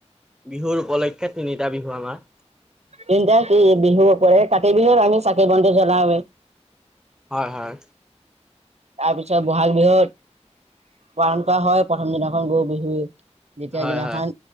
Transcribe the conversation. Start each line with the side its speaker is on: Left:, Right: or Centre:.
Centre: বিহুৰ, উপলক্ষে তিনিটা বিহু আমাৰ
Right: তিনিটাকে বিহু, কৰে কাৰ্তিক বিহুত আমি চাকি বন্তি, জ্বলাওৱে।
Centre: হয় হয়।
Right: তাৰপিছত বহাগ, বিহুত পালন কৰা হয় প্ৰথম দিনাখন গৰু, বিহুৱ যেতিয়া
Centre: হয়
Right: দিনাখন
Centre: হয়